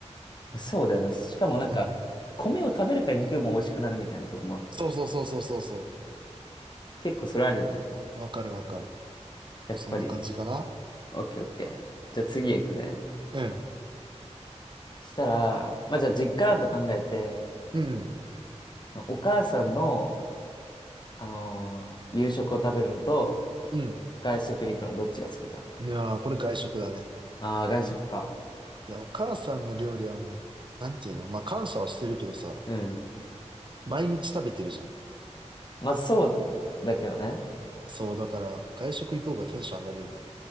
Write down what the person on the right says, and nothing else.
うん。
そうそうそうそうそうそ
う。わかるわかる。
まあ、そんな感じかな。
うん。
うん。
うん。
いやー、これ外食だね。
いや、お母さんの料理はもう、なんていうのまあ、感謝はしてるけどさ、
毎日食べてるじゃん。
そう、だから、外食行こうがテンション上がるよね。